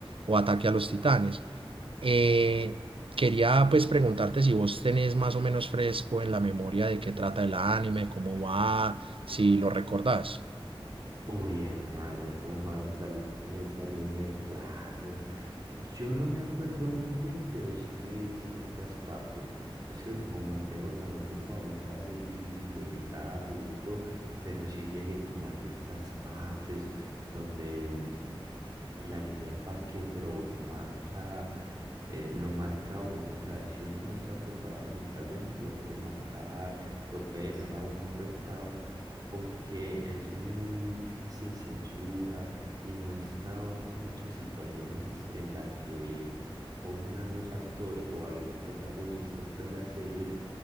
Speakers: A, on the right (about 70°); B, on the right (about 45°).
A: o Ataque a los Titanes. Eh, quería pues preguntarte si vos tenés más o menos fresco en la memoria de qué trata el anime, cómo va, si lo recordás.
B: Uy, hermano, ¿cómo me vas a salir con ese anime? Claro, yo no me acuerdo muy bien, pero sí me vi ciertas partes. Es que como mantengo tan ocupado, me queda muy difícil de mirarlo y todo, pero sí llegué como a ciertas partes donde mm, el anime para qué, pero marca, eh, lo marca a uno, o sea, si uno no está preparado mentalmente, lo puede marcar, lo puede dejar a uno afectado, porque es muy sin censura y muestra muchas situaciones en las que ponen a los actores o a los protagonistas de las series